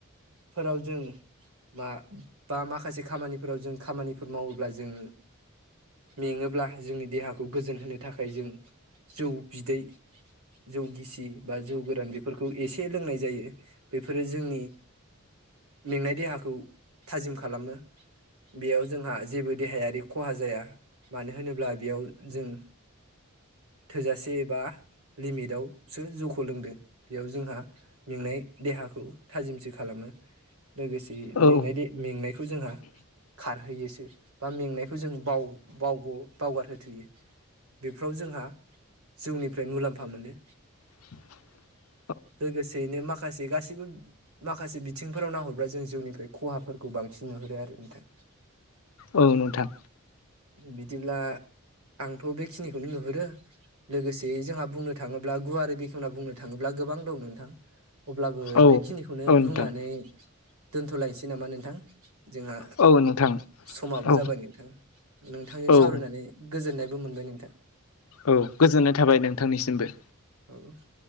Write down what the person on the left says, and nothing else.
औ
<inaudible>
औ नोंथां।
औ
औ
नोंथां
औ नोंथां
औ
औ
औ गोजोननाय थाबाय नोंथांनिसिमबो।